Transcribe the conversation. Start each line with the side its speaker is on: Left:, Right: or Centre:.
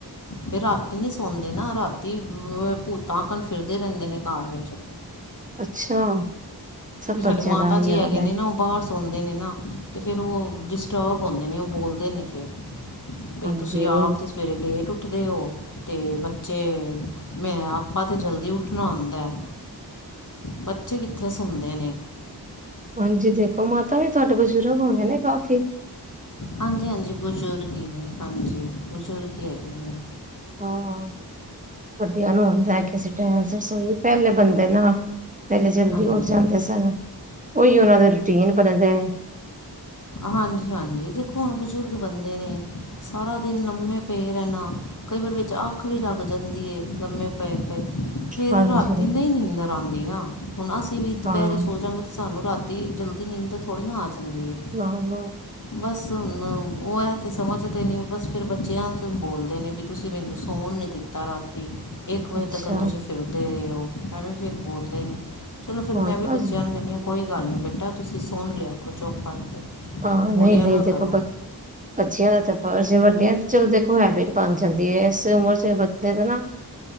Left: ਫੇਰ ਰਾਤੀ ਨੀ ਸੌਦੇ ਨਾ ਰਾਤੀ ਭੂਤਾਂ ਆਕਣ ਫਿਰਦੇ ਰਹਿੰਦੇ ਨੇ ਘਰ ਵਿੱਚ
Right: ਅੱਛਾ ਸਭ
Left: ਤੇ ਸਾਡੇ
Right: ਬੱਚਿਆਂ
Left: ਮਾਤਾ
Right: ਦਾ ਇਹੀ
Left: ਜੀ
Right: ਹਾਲ
Left: ਹੈਗੇ
Right: ਹੈ।
Left: ਨੇ ਨਾ ਉਹ ਬਾਹਰ ਸੁਣਦੇ ਨੇ ਨਾ ਅਤੇ ਫਿਰ ਉਹ ਡਿਸਟਰਬ ਹੁੰਦੇ ਨੇ ਉਹ ਬੋਲਦੇ ਨੇ ਫਿਰ ਬਈ
Right: ਹਾਂਜੀ,
Left: ਤੁਸੀਂ
Right: ਉਹੀ
Left: ਆਪ ਤੇ ਸਵੇਰੇ ਲੇਟ ਉੱਠਦੇ ਉਹ ਤੇ ਬੱਚੇ ਮੈਂ ਆਪਾਂ ਤਾਂ ਜਲਦੀ ਉੱਠਣਾ ਹੁੰਦਾ ਹੈ। ਬੱਚੇ ਕਿੱਥੇ ਸੁਣਦੇ ਨੇ
Right: ਹਾਂਜੀ, ਦੇਖੋ ਮਾਤਾ ਵੀ ਤੁਹਾਡੇ ਬਜ਼ੁਰਗ ਹੋ ਗਏ ਨੇ ਕਾਫੀ।
Left: ਹਾਂਜੀ- ਹਾਂਜੀ, ਬਜ਼ੁਰਗ ਹੀ ਨੇ। ਹਾਂਜੀ, ਬਜ਼ੁਰਗ ਹੀ ਹੈਗੇ ਨੇ।
Right: ਹਾਂ ਵਡੀਆਂ ਨੂੰ ਹੁੰਦਾ ਹੈ ਕਿ ਅਸੀਂ ਟੈਮ ਸਿਰ ਸੋਇਏ, ਪਹਿਲੇ ਬੰਦੇ ਨਾ ਪਹਿਲੇ ਜਲਦੀ
Left: ਹਾਂਜੀ
Right: ਉਠ ਜਾਂਦੇ ਸਨ, ਉਈ ਉਹਨਾਂ ਤਾਂ ਰੂਟੀਨ ਬਣਦਾ ਐ
Left: ਹਾਂਜੀ ਹਾਂਜੀ ਦੇਖੋ ਹੁਣ ਬਜ਼ੁਰਗ ਬੰਦੇ ਨੇ ਸਾਰਾ ਦਿਨ ਲੰਮੇ ਪਏ ਰਹਿਣਾ। ਕਈ ਵਾਰ ਵਿੱਚ ਅੱਖ ਵੀ ਲੱਗ ਜਾਂਦੀ ਹੈ ਲੰਮੇ ਪਏ -ਪਏ ਫੇਰ
Right: ਹਾਂਜੀ
Left: ਰਾਤੀ ਨਹੀਂ ਨੀਂਦਰ ਆਉਂਦੀ ਨਾ, ਹੁਣ ਅਸੀਂ ਵੀ ਦੁਪਹਿਰੇ
Right: ਹਾਂ।
Left: ਸੋ ਜਾਾਂਗੇ ਤੇ ਸਾਨੂੰ ਰਾਤੀ ਜਲਦੀ ਨੀਂਦਰ ਥੋੜੀ ਨਾ ਆ ਜਾਂਦੀ ਏ
Right: ਹਨ
Left: ਬਸ ਹੁਣ ਉਹ ਹੈ ਤਾਂ ਸਮਝ ਤਾਂ ਨਹੀਂ ਉਹ ਬਸ ਫਿਰ ਬੱਚਿਆਂ ਤੋਂ ਬੋਲਦੇ ਨੇ ਵੀ ਤੁਸੀਂ ਮੈਨੂੰ ਸੌਣ ਨਹੀਂ ਦਿੱਤਾ ਰਾਤੀ ਇੱਕ ਵਜੇ
Right: ਅੱਛਾ,
Left: ਤੱਕ ਤੁਸੀਂ ਫਿਰਦੇ ਰਹੇ ਹੋ ਐਵੇਂ ਫਿਰ ਬੋਲਦੇ ਨੇ ਚਲੋ ਫਿਰ
Right: ਹੋਰ
Left: ਮੈਂ ਵੀ
Right: ਬਸ
Left: ਬੱਚਿਆਂ ਨੂੰ ਕਹਿੰਦੀ ਹਾਂ ਕੋਈ ਗੱਲ ਨੀ ਬੇਟਾ ਤੁਸੀਂ ਸੁੋਣ ਲਿਆ ਕਰੋ ਚੁੱਪ ਕਰਕੇ
Right: ਹਾਂ, ਨਹੀਂ-
Left: ਬੋਲਿਆ
Right: ਨਹੀਂ
Left: ਨਾ
Right: ਦੇਖੋ
Left: ਕਰੋ
Right: ਬੱਚਿਆਂ ਦਾ ਤਾ ਫਰਜ ਹੈ ਵੱਡਿਆਂ ਤੇ ਚਲੋ ਦੇਖੋ ਹੈਬਿਟ ਬਣ ਜਾਂਦੀ ਹੈ ਇਸ ਉਮਰ ਚ ਬਦੇ ਦੇ ਨਾ